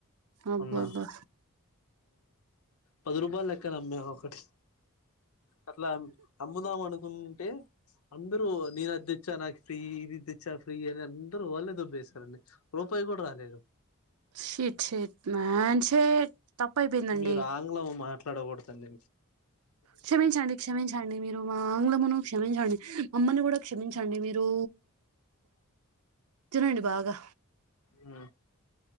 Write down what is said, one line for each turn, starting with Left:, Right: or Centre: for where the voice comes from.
Right: అబ్బబ్బా
Left: ఉన్నా పది రూపాయలు లెక్కనమ్మే ఒకటి అట్లా అమ్ముదాం అనుకుంటే అందరూ నేను అది తెచ్చా నాకు ఫ్రీ ఇది తెచ్చా ఫ్రీ అని అందరు వాళ్లేే దొబ్బే సారు అండి రూపాయి కూడా రాలేదు
Right: షిట్ షిట్ మ్యాన్ షిట్ తప్పయిపోయిందండి
Left: మీరు ఆంగ్లం మాట్లా డ కూడదు అండి
Right: క్షమించండి క్షమించండి మీరు మా ఆంగ్లమును క్షమించండి మమ్మల్ని కూడా క్షమిం చండి మీరు తినండి బాగా
Left: ఉ